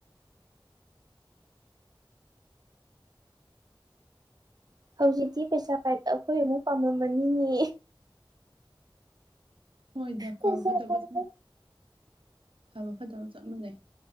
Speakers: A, on the right (about 50°); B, on the right (about 85°).
A: ꯍꯧꯖꯤꯛꯇꯤ ꯄꯩꯁꯥ ꯄꯥꯏꯕ ꯑꯩꯈꯣꯏ ꯑꯃꯨꯛ ꯄꯥꯝꯃꯝꯃꯅꯤꯅꯦ
B: ꯍꯣꯏꯗꯦ ꯐ
A: ꯄꯩꯁꯥ
B: ꯐꯠꯇꯕꯁꯅꯤ
A: ꯄꯥꯏꯕ
B: ꯐꯕ ꯐꯠꯇꯕ ꯆꯞ ꯃꯥꯟꯅꯩ